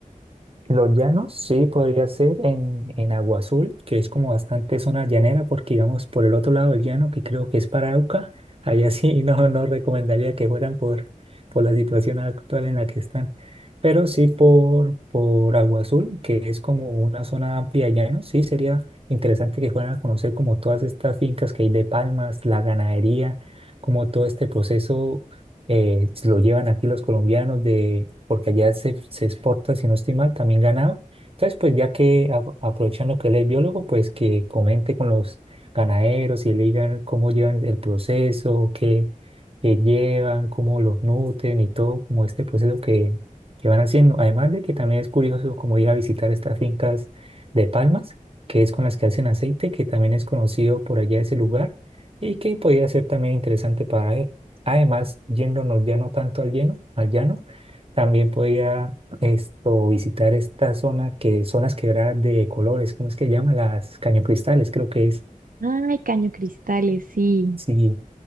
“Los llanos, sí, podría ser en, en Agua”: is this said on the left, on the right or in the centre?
Right